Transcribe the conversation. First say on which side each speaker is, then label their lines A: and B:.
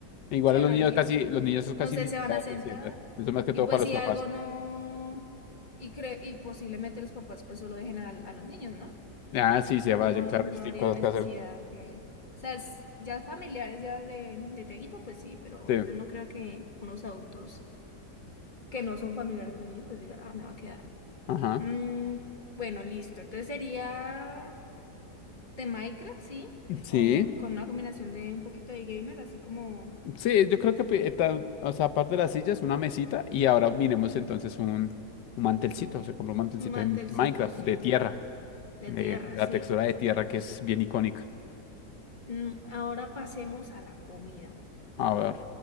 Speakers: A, on the left (about 85°); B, on the left (about 30°).
A: Igual
B: Sí,
A: a los
B: unas
A: niños
B: diez
A: casi, los niños casi
B: No sé,
A: ni
B: se
A: siquiera
B: van a sentar
A: se sientan. Eso más que
B: y
A: todo
B: pues
A: para los
B: si
A: papás.
B: algo no, y, cre y posiblemente los papás pues solo dejen al- a, los niños, ¿no?
A: Ah, sí, se
B: No,
A: vayan, claro,
B: no
A: sí,
B: habría
A: cosas
B: necesidad
A: que hacer.
B: que... O sea, es- ya familiares ya de, de Tiaguito, pues sí, pero
A: Sí.
B: yo no creo que unos adultos que no son familiares del niño, pues digan, ah, me va a quedar.
A: Ajá.
B: Mm, bueno, listo. Entonces sería de Minecraft, sí.
A: Sí,
B: O con una combinación de un poquito de gamer, así como
A: sí, yo creo que, pe- tal- o sea, aparte de las sillas, una mesita y ahora miremos entonces un, un mantelcito. Se compró un mantelcito
B: un mantelcito,
A: en Minecraft
B: sí.
A: de tierra,
B: De
A: de,
B: tierra,
A: de la
B: sí.
A: textura de tierra que es bien icónica.
B: Mm, ahora pasemos a la comida.
A: A ver,